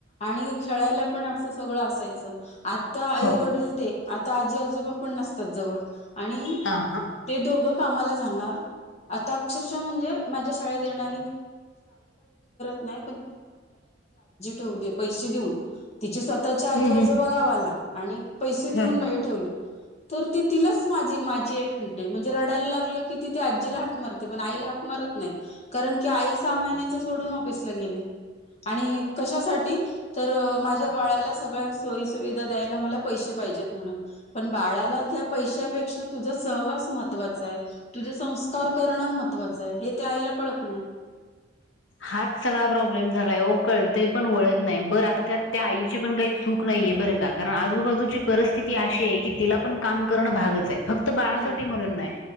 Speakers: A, on the left; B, on the left.
A: आणि खेळायला पण असं सगळं असायचं आ आता आई
B: हो
A: वडील ते आता आजी आजोबा पण नस जवळ आणि
B: ह ह
A: ते दोघं कामाला ण मा्या श मु त आ नाही त ठ त्याच्या आजी
B: हम्म
A: आजो बघाव आला आणि पैसे
B: हम्
A: देऊन बाई ठेवली तर ती तिलाच माझी माझी आहे म्हणते म्हणजे रडायला लागलं की ती ते आजीला हाक मारते पण आईला हाक मारत नाही कारण की आई सहा महिन्याच सोडून ऑफिसला गेले आणि कशासाठी तर माझ्या बाळाला सगळ्या सोयी सुवि द्यायला मला पैसे पाहिजेत म्हणून पण बाळाला त्या पैशापेक्षा तुझा सहवास महत्वाचा आहे तुझ संस्कार करणं महत्त्वाचं आहे हे ते आईला कळत नाही
B: हाच सगळा प्रॉब्लेम झालाय कळत पण वळत नाही बर आता त्या त्या आईची पण काही चूक नाहीये बरं का कारण आजूबाजूची परिस्थिती अशी आहे की तिला पण काम करणं भागच आहे फक्त तो बाळासाठी
A: हम्म
B: म्हणून नाही